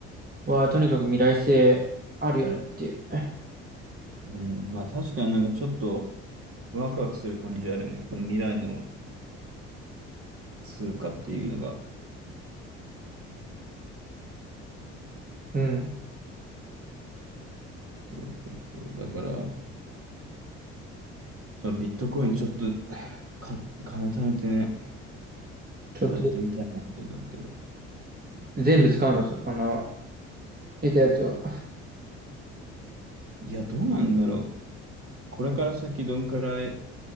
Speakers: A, on the right; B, on the right.
A: は、とにかく未来性あるよねっていう。
B: うん。まあ確かになんかちょっとワクワクする感じあるよね。この未来の通貨っていうのが。
A: うん。
B: そうそうそうだから、そのビットコインちょっとか、金貯めてね、
A: ちょっと、
B: 買ってみたいなってなるけど。
A: 全部使うのさ、あの、得たやつは。
B: いや、どうなんだろう。これから先どんくらい